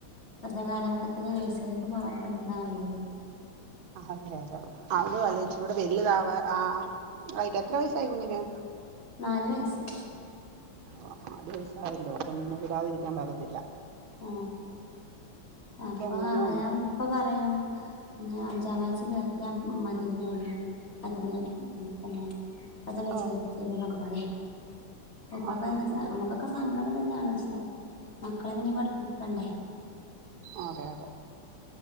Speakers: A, on the left (about 35°); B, on the right (about 80°).
A: ഇപ്പൊത്തെ കാലഘട്ടത്തില് നേഴ്‌സറിക്ക് പോകാതെ പഠിപ്പിക്കാൻ കയൂല്ലല്ലോ
B: അതേ അതേ അതും അല്ല ഇച്ചിരി കൂടെ വല്യതാവ ആ ആയിട്ട് എത്ര വയസായി കുഞ്ഞിന്
A: നാല് വയസ്സ്
B: ആ നാലുവയസായല്ലോ അപ്പം പിന്നെ വിടാതിരിക്കാൻ പറ്റത്തില്ലാ
A: ആ അപ്പൊ
B: മൂന്നോ
A: അവന ഉപ്പ പറയും അഞ്ചാം വയസ്സില് ചേർത്യ മതി യെന് ന്ന് അതിന്നെ <unintelligible>
B: ആഹ്
A: ഇപ്പൊക്കെ
B: ആഹ് ആഹ്
A: നമ്മുക്കൊക്കെ സങ്കടം തന്നെയാണ് പക്ഷെ മക്കളെ പിന്നെ പഠ കണ്ടേ
B: അതെ അതെ